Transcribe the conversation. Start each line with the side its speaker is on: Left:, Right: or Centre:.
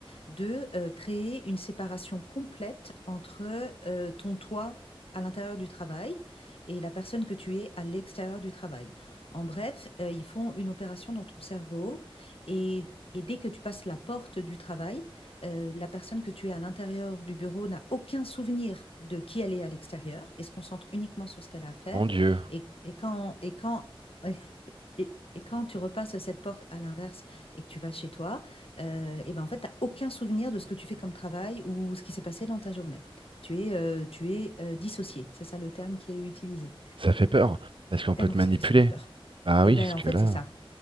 Left: de euh, créer une séparation complète entre euh, ton toi à l'intérieur du travail et la personne que tu es à l'extérieur du travail. En bref, euh, ils font une opération dans ton cerveau et, et dès que tu passes la porte du travail, euh, la personne que tu es à l'intérieur du bureau n'a aucun souvenir de qui elle est à l'extérieur et se concentre uniquement sur ce qu'elle a à faire.
Right: Mon Dieu,
Left: Et, et quand, et quand, <laughs> et, et quand tu repasses cette porte à l'inverse et que tu vas chez toi, heu et ben, en fait, tu as aucun souvenir de ce que tu fais comme travail ou ce qui s'est passé dans ta journée. Tu es, heu, tu es, heu, dissocié, c'est ça le terme qui est utilisé.
Right: ça fait peur, parce qu'on peut
Left: Et ben,
Right: te manipuler.
Left: ça fait super peur.
Right: Ah
Left: Et
Right: oui,
Left: ben
Right: parce
Left: en
Right: que
Left: fait,
Right: là,
Left: c'est ça